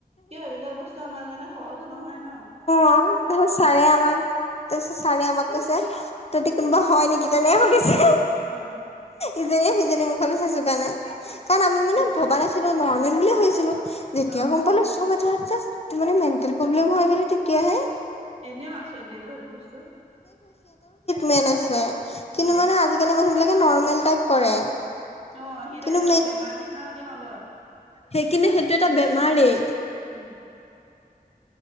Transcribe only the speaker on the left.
অ তাৰত ছাৰে আমাক তাৰপিছত ছাৰে আমাক কৈছে তহদি কোনোবা হয় নেকি নে মুগিছে
ইজনীয়ে সিজনী মুখত চাইছো কাৰণে কাৰণ আমি মানে
ভবা নাছিলো নৰ্মেল বুলিুলিয়ে ভাবিছিলো যেতিয়া
গম পালো চব এটা এে মেন্টেল প্ৰব্লেম হৈ গ তেতিয়াহে
মেন্ আছে কিন্তু
মানে আজিকালি মানুহ বিে নৰ্মেল টাইপ কৰে
কিন্তু
সেই কিনে সেইটো এটা বেমাৰেই